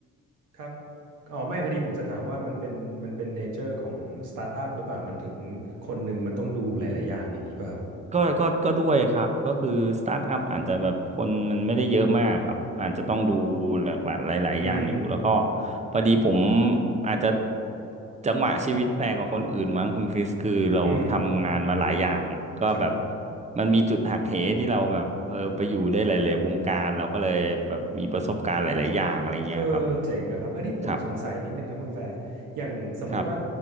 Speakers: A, on the right; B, on the right.
A: ครับอ๋อไม่พอดีผมจะถามว่ามันเป็นมันเป็นเนเจอร์ของสตาร์ทอัพหรือเปล่ามันถึงคนหนึ่งมันต้องดูหลาย ๆ อย่างอย่างนี้ป่ะครับ
B: ก็ก็ก็ด้วยครับก็คือสตาร์ทอัพอาจจะแบบคนมันไม่ได้เยอะมากครับอาจจะต้องดูหลากหลายหลายๆอย่างอยู่แล้วก็
A: อืม
B: พอดีผมอาจจะจังหวะชีวิตแปลกกว่าคนอื่นมั้งคุณคริสคือเราทำงานมาหลายอย่างก็แบบ
A: อืมครับ
B: มันมีจุดหักเหที่เราแบบเออไปอยู่ได้หลายๆวงการเราก็เลยแบบมีประสบการณ์หลายๆอย่างอะไรเงี้ยครับ
A: เออเจ๋งอะครับอันนี้ผมสงสัยนิดนึงครับคุณแฟร์อย่างสมมุติว่า
B: ครับครับ